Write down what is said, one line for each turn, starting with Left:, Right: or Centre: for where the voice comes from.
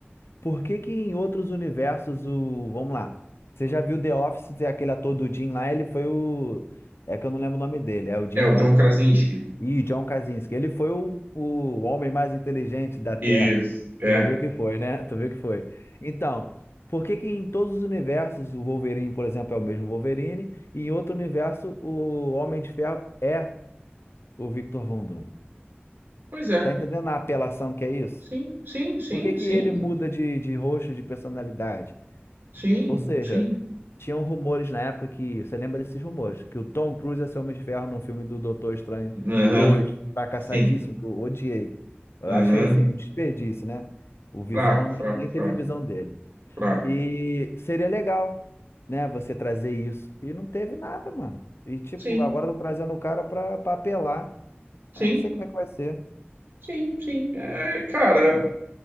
Left: Por que que em outros universos o. Vamos lá. Você já viu The Office, aquele ator do Jim lá, ele foi o. É que eu não lembro o nome dele, é o Jim
Right: É, o
Left: alguma
Right: John
Left: coisa.
Right: Krasinski.
Left: Ih, John Krasinski. Ele foi o, o homem mais inteligente da Terra.
Right: Isso, é.
Left: Tu viu que foi, né? Tu viu que foi. Então, por que que em todos os universos o Wolverine, por exemplo, é o mesmo Wolverine, e em outro universo o Homem de Ferro é o Victor Von Doom?
Right: Pois é.
Left: Tá entendendo a apelação que é isso?
Right: Sim, sim, sim,
Left: Por que que
Right: sim,
Left: ele muda de, de rosto, de personalidade?
Right: sim,
Left: Ou seja,
Right: sim.
Left: tinham rumores na época que, você lembra desses rumores, que o Tom Cruise ia ser Homem de Ferro no filme do Doutor Estranho
Right: Aham,
Left: 2, fracassadíssimo,
Right: sim,
Left: que eu odiei. Eu
Right: aham.
Left: achei assim, um desperdício, né? O Visão,
Right: Fraco, fraco,
Left: a gente nem teve
Right: fraco,
Left: visão dele.
Right: fraco.
Left: E seria legal, né, você trazer isso. E não teve nada, mano. E tipo,
Right: Sim,
Left: agora estão trazendo o cara pra, pra apelar.
Right: sim,
Left: Eu não sei como é que vai ser.
Right: sim, sim. É, cara,